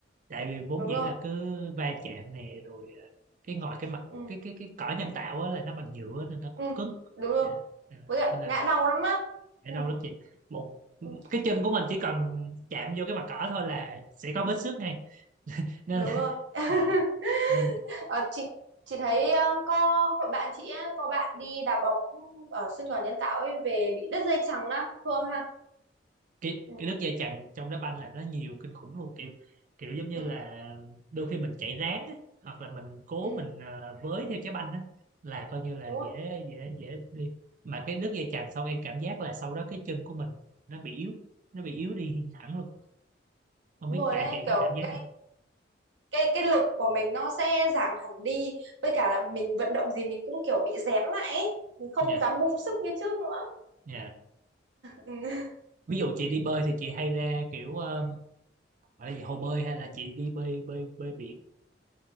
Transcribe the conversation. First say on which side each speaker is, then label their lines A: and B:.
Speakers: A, on the right; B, on the right.
A: tại vì vốn
B: đúng
A: dĩ
B: rồi
A: là cứ va chạm nè rồi ờ, cái ngoài cái mặt
B: ừ,
A: cái cái cái cỏ nhân tạo á, là nó bằng nhựa nên nó
B: ừ,
A: cũng cứng
B: đúng rồi
A: Dạ. Ừ.
B: với cả
A: nên là
B: ngã đầu lắm á
A: để
B: ừ,
A: đau lắm chị một
B: ừ.
A: cái chân của mình chỉ cần chạm vô cái mặt cỏ thôi là sẽ có vết xước ngay nên
B: đúng
A: là
B: rồi
A: <laughs>
B: <laughs>
A: dạ. nên
B: Ờ, chị chị thấy ờ, có hội bạn chị á, có bạn đi đá bóng ở sân cỏ nhân tạo ấy về bị đứt dây chằng á Phương ha
A: cái
B: ừ,
A: cái nước dây chằn trong đá banh là nó nhiều kinh khủng luôn kiểu kiểu giống như
B: ừ,
A: là đôi khi mình chạy ráng á, hoặc là mình cố
B: ừ,
A: mình ờ, với theo trái banh á, là coi như là
B: đúng rồi
A: dễ dễ dễ đi mà cái nước dây chằn xong em cảm giác là sau đó cái chân của mình nó bị yếu nó bị yếu đi hẳn luôn không
B: đúng
A: biết
B: rồi
A: bạn
B: đấy
A: chị
B: kiểu
A: có cảm giác
B: cái
A: gì không?
B: cái cái lực của mình nó sẽ giảm hẳn đi với cả là mình vận động gì mình cũng kiểu bị rén lại ấy. mình không
A: dạ
B: dám bung sức như trước nữa
A: dạ
B: ừ.
A: ví dụ chị đi bơi thì chị hay ra kiểu ờ, gọi là gì hồ bơi hay là chị đi bơi bơi bơi biển